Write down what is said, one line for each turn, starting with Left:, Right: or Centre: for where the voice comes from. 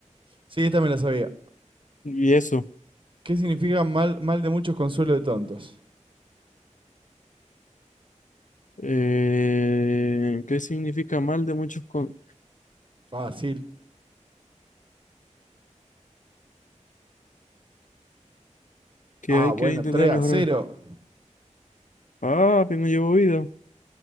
Right: Sí, esta me la sabía.
Left: Y eso.
Right: ¿Qué significa mal, mal de muchos consuelo de tontos?
Left: Eh, ¿qué significa mal de muchos con-
Right: Fácil.
Left: que
Right: Ah,
Left: hay que
Right: bueno,
Left: intentar
Right: 3
Left: mejorar?
Right: a cero.
Left: Ah, pero no llevo vida.